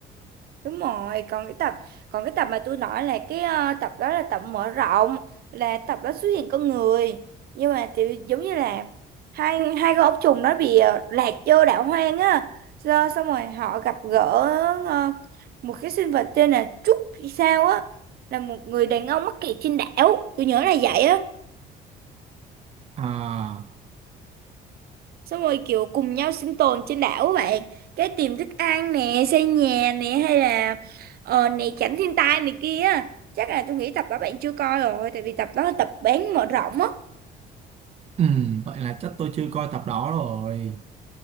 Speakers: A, on the right; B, on the right.
A: Đúng rồi, còn cái tập còn cái tập mà tôi nói là cái ờ, tập đó là tập mở rộng là tập đó xuất hiện con người nhưng mà thì giống như là hai hai con ốc trùng đó bị ờ, lạc vô đảo hoang á Rồi, xong rồi họ gặp gỡ ờ, một cái sinh vật tên là Trúc hay sao á là một người đàn ông mắc kẹt trên đảo tôi nhớ là vậy á
B: À,
A: xong rồi kiểu cùng nhau sinh tồn trên đảo các bạn cái tìm thức ăn nè xây nhà nè hay là ờ nè tránh thiên tai này kia chắc là tôi nghĩ tập đó bạn chưa coi rồi tại vì tập đó là tập bán mở rộng á
B: ừm, vậy là chắc tôi chưa coi tập đó rồi.